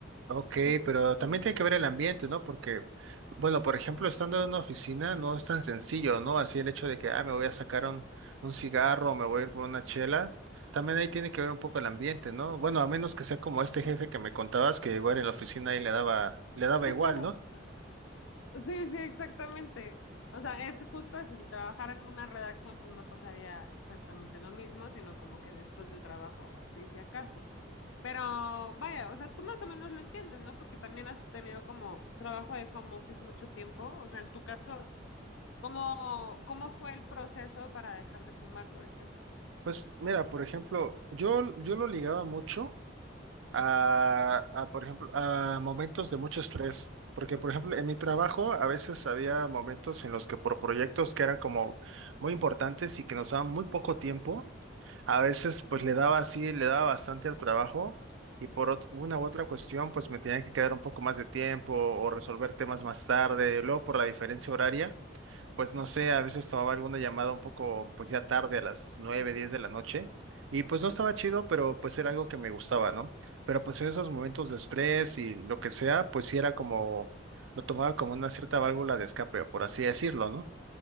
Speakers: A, on the right; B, on the left.
A: Ok,
B: Entonces,
A: pero
B: ujú.
A: también tiene que ver el ambiente, ¿no? Porque, bueno, por ejemplo, estando en una oficina no es tan sencillo, ¿no? Así el hecho de que, ah, me voy a sacar un, un cigarro, me voy a ir por una chela, también ahí tiene que ver un poco el ambiente, ¿no? Bueno, a menos que sea como este jefe que me contabas, que igual en la oficina ahí le daba, le daba
B: <laughs>
A: igual, ¿no?
B: Sí, sí, exactamente. O sea, es justo eso. Si trabajara en una redacción, pues no pasaría exactamente lo mismo, sino como que después del trabajo, así si acaso. Pero vaya, o sea, tú más o menos lo entiendes, ¿no? Porque también has tenido como trabajo de home office mucho tiempo. O sea, en tu caso, ¿Cómo, cómo fue el proceso para dejar de fumar, por ejemplo?
A: Pues mira, por ejemplo, yo, yo lo ligaba mucho a, a, por ejemplo, a momentos de mucho estrés, porque
B: Ujú,
A: por ejemplo, en mi trabajo a veces había momentos en los que por proyectos que eran como muy importantes y que nos daban muy poco tiempo, a veces pues le daba así, le daba bastante al trabajo y por ot- una u otra cuestión pues me tenía que quedar un poco más de tiempo o resolver temas más tarde, luego por la diferencia horaria. Pues no sé, a veces tomaba alguna llamada un poco, pues ya tarde, a las 9, 10 de la noche, y pues no estaba chido, pero pues era algo que me gustaba, ¿no? Pero pues en esos momentos de estrés y lo que sea, pues sí era como, lo tomaba como una cierta válvula de escape, por así decirlo, ¿no?